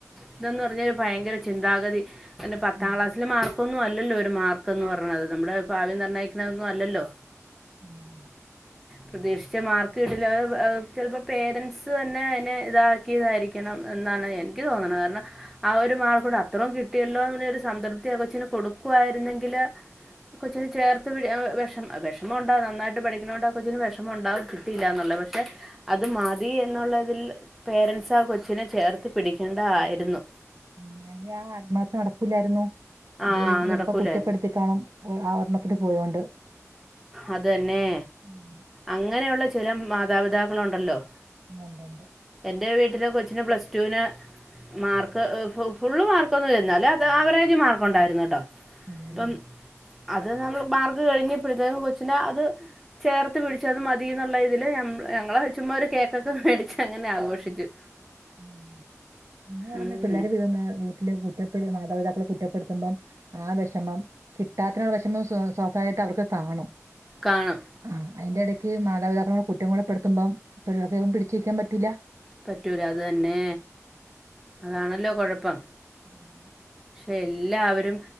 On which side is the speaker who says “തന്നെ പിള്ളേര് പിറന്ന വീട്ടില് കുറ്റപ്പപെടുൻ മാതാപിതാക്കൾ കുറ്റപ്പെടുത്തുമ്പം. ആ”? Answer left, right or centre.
Right